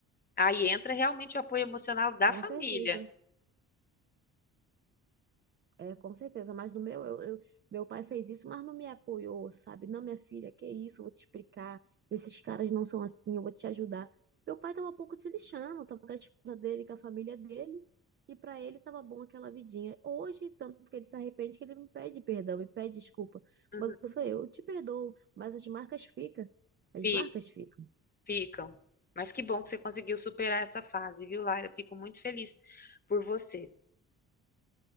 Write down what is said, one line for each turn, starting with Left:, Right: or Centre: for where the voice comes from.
Left: Aí entra realmente o apoio emocional da
Right: com
Left: família.
Right: certeza. É, com certeza, mas no meu, eu, eu- meu pai fez isso, mas não me apoiou, sabe? Não, minha filha, que isso, eu vou te explicar. Esses caras não são assim, eu vou te ajudar. Meu pai tava um pouco se lixando, tava com a esposa dele, com a família dele, e pra ele tava bom aquela vidinha. Hoje, tanto que ele se arrepende que ele me pede perdão, me pede desculpa.
Left: Uhum.
Right: Mas eu falei, eu te perdoo, mas as marcas ficam. As
Left: Fi-
Right: marcas ficam.
Left: Ficam. Mas que bom que você conseguiu superar essa fase, viu, Laila? Fico muito feliz por você.